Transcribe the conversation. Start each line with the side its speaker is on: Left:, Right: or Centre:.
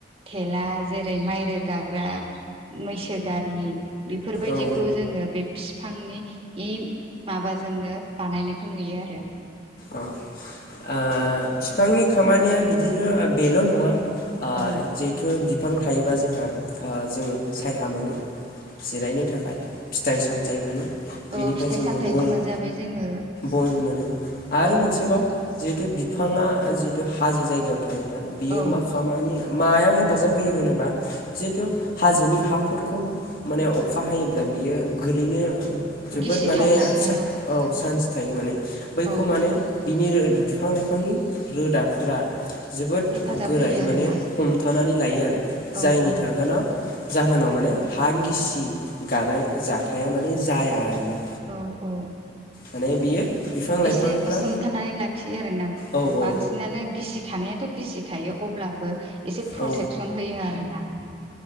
Right: थेला जेरै माइ रोगाग्रा मैसो गारि बेफोरबायदिखौ
Left: औ
Right: जोङो बे बिफांनि इ माबाजोंनो बानायनायखौ नुयो आरो
Left: औ ओ बिफांनि खामानिया बिदिनो बेल' नङा ओ
Right: औ
Left: जिहेथु बिफां थायोबा जोंहा ओ जोङो सायहा मोनो। जिरायनो थाखाय फिथाइ-सामथाय मोनो।
Right: औ
Left: बेनिफ्राय
Right: फिथाइ
Left: जोङो
Right: सामथायाइबो
Left: बन
Right: मोनजाबाय जोङो
Left: बन मोनो। आरो
Right: औ
Left: मोनसेबाव जिहेतु बिफाङा जिहेतु हाजो जायगायाव थायोब्ला बियो
Right: औ
Left: मा खामानि मायाव हेफाजाब होयो होनोब्ला जिहेथु हाजोनि हाफोरखौ माने अखा हायोब्ला बियो गोलैनो जोबोद
Right: गिसि
Left: माने
Right: खानलांनायाव
Left: औ चान्स थायो माने।
Right: औ
Left: बेखौ माने बिनि बिफां लाइफांनि रोदाफोरा जोबोद
Right: हेफाजाब
Left: गोरायै
Right: होयो आरोना
Left: माने हमथानानै लायो आरो
Right: औ
Left: जायनि
Right: औ
Left: थागोना जाहोनाव माने हा गिसि गानाय जाथाया माने जाया आरोना।
Right: औ औ
Left: माने बियो बिफां लाइफांफ्रा
Right: एसे हमथानानै लाखियो आरोना
Left: औ औ
Right: बांसिनानो गिसि खानायाथ' गिसिखायो अब्लाबो एसे
Left: औ
Right: प्रटेकसन होयो आरोना।